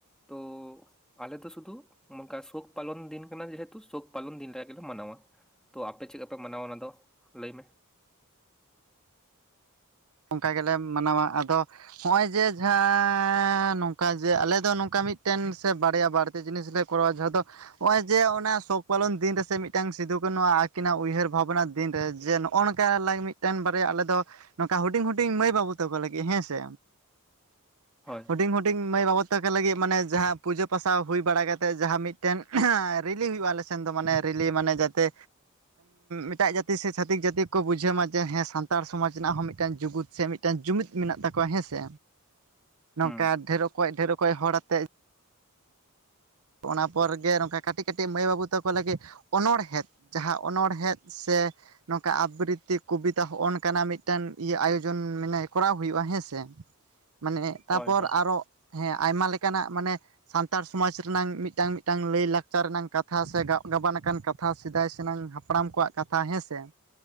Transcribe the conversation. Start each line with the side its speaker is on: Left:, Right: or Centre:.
Centre: ᱛᱚ ᱟᱞᱮᱫᱚ ᱥᱩᱫᱷᱩ ᱚᱱᱠᱟ ᱥᱩᱠ ᱯᱟᱞᱚᱱ ᱫᱤᱱ ᱠᱟᱱᱟ ᱡᱮᱦᱮᱛᱩ ᱥᱳᱠ ᱯᱟᱞᱚᱱ ᱫᱤᱱ ᱨᱮ ᱟᱜᱮᱞᱮ ᱢᱟᱱᱟᱣᱟ ᱛᱚ ᱟᱯᱮ ᱪᱮᱫ ᱞᱮᱠᱟ ᱯᱮ ᱢᱟᱱᱟᱣᱟ ᱚᱱᱟ ᱫᱚ ᱞᱟᱹᱭ ᱢᱮ
Right: ᱚᱱᱠᱟ ᱜᱮᱞᱮ ᱢᱟᱱᱟᱣᱟ ᱟᱫᱚ ᱱᱚᱜᱼᱚᱭ ᱡᱮ ᱡᱟᱦᱟᱸ ᱱᱚᱝᱠᱟ ᱡᱮ ᱟᱞᱮ ᱫᱚ ᱱᱚᱝᱠᱟ ᱢᱤᱫᱴᱮᱱ ᱥᱮ ᱵᱟᱨᱭᱟ ᱵᱟᱨᱛᱮ ᱡᱤᱱᱤᱥ ᱞᱮ ᱠᱚᱨᱟᱣ ᱡᱟᱦᱟ ᱫᱚ ᱱᱚᱜᱼᱚᱭ ᱡᱮ ᱚᱱᱟ ᱥᱚᱠ ᱯᱟᱞᱚᱱ ᱫᱤᱱ ᱨᱮᱥᱮ ᱢᱤᱫᱴᱟᱝ ᱥᱤᱫᱩᱠᱟᱹᱱᱩ ᱟᱹᱠᱤᱱᱟᱜ ᱩᱭᱦᱟᱹᱨ ᱵᱷᱟᱵᱽᱱᱟ ᱫᱤᱱ ᱨᱮ ᱡᱮ ᱱᱚᱜ ᱱᱚᱜᱼᱚ ᱱᱚᱝᱠᱟ ᱢᱤᱫᱴᱮᱱ ᱵᱟᱨᱭᱟ ᱟᱞᱮ ᱫᱚ ᱱᱚᱝᱠᱟ ᱦᱩᱰᱤᱧ ᱦᱩᱰᱤᱧ ᱢᱟᱹᱭ ᱵᱟᱹᱵᱩ ᱛᱟᱠᱚ ᱞᱟᱹᱜᱤᱫ ᱦᱮᱸᱥᱮ
Centre: ᱦᱳᱭ
Right: ᱦᱩᱰᱤᱧ ᱦᱩᱰᱤᱧ ᱢᱟᱹᱭ ᱵᱟᱵᱩ ᱛᱟᱠᱚ ᱞᱟᱹᱜᱤᱫ ᱢᱟᱱᱮ ᱡᱟᱦᱟᱸ ᱯᱩᱡᱟᱹ ᱯᱟᱥᱟᱣ ᱦᱩᱭ ᱵᱟᱲᱟ ᱠᱟᱛᱮᱫ ᱡᱟᱦᱟᱸ ᱢᱤᱫᱴᱮᱱ ᱨᱤᱞᱤ ᱦᱩᱭᱩᱜᱼᱟ ᱟᱞᱮ ᱥᱮᱱ ᱫᱚ ᱢᱟᱱᱮ ᱨᱤᱞᱤ ᱢᱟᱱᱮ ᱡᱟᱛᱮ ᱮᱴᱟᱜ ᱡᱟᱹᱛᱤ ᱥᱮ ᱪᱝᱝᱝᱝᱝᱝᱝᱝᱝᱷᱟᱛᱤᱠ ᱡᱟᱹᱛᱤ ᱠᱚ ᱵᱩᱡᱷᱟᱹᱣ ᱢᱟ ᱡᱮ ᱦᱮ ᱥᱟᱱᱛᱟᱲ ᱥᱚᱢᱟᱡᱽ ᱨᱮᱱᱟᱜ ᱦᱚᱸ ᱢᱤᱫᱴᱟᱝ ᱡᱩᱜᱢᱩᱤᱫ ᱥᱮ ᱢᱤᱫᱴᱟᱝ ᱡᱩᱢᱤᱫ ᱢᱮᱱᱟᱜ ᱛᱟᱠᱚᱣᱟ ᱦᱮᱸ ᱥᱮ
Centre: ᱦᱩᱸ
Right: ᱱᱚᱝᱠᱟ ᱰᱷᱮᱨᱠᱚᱡ ᱰᱷᱮᱨᱚᱠᱚ ᱦᱚᱲᱛ ᱚᱱᱟ ᱯᱚᱨ ᱜᱮ ᱱᱚᱝᱠᱟ ᱠᱟᱹᱴᱤᱡ ᱠᱟᱹᱴᱤᱡ ᱢᱟᱹᱭ ᱵᱟᱹᱵᱩ ᱛᱟᱠᱚ ᱞᱟᱹᱜᱤᱫ ᱚᱱᱚᱬᱦᱮᱸ ᱡᱟᱦᱟᱸ ᱚᱱᱚᱲᱦᱮᱸ ᱥᱮ ᱱᱚᱝᱠᱟ ᱟᱵᱨᱤᱛᱤ ᱠᱚᱵᱤᱛᱟ ᱦᱚᱜᱼ ᱱᱚᱠᱟᱱᱟᱜ ᱢᱤᱫᱴᱟᱱ ᱤᱭᱟᱹ ᱟᱭᱳᱡᱚᱱ ᱢᱟᱱᱮ ᱠᱚᱨᱟᱣ ᱦᱩᱭᱩᱜᱼᱟ ᱦᱮᱸ ᱥᱮ
Centre: <inaudible>
Right: ᱢᱟᱱᱮ ᱛᱟᱯᱚᱨ
Centre: ᱦᱳᱭ ᱦᱳᱭ
Right: ᱟᱨᱚ ᱦᱮᱸ ᱟᱭᱢᱟ ᱞᱮᱠᱟᱱᱟᱜ ᱢᱟᱱᱮ ᱥᱟᱱᱛᱟᱲ ᱥᱚᱢᱟᱡᱽ ᱨᱮᱱᱟᱝ ᱢᱤᱫᱴᱟᱝ ᱢᱤᱫᱴᱟᱝ ᱞᱟᱹᱭ ᱞᱟᱠᱪᱟᱨ ᱨᱮᱱᱟᱝ ᱠᱟᱛᱷᱟ ᱥᱮ ᱜᱟᱜ ᱜᱟᱵᱟᱱ ᱟᱠᱟᱱ ᱠᱟᱛᱷᱟ ᱥᱮᱫᱟᱭ ᱥᱮᱱᱟᱝ ᱦᱟᱯᱲᱟᱢ ᱠᱚᱣᱟᱜ ᱠᱟᱛᱷᱟ ᱦᱮᱸᱥᱮ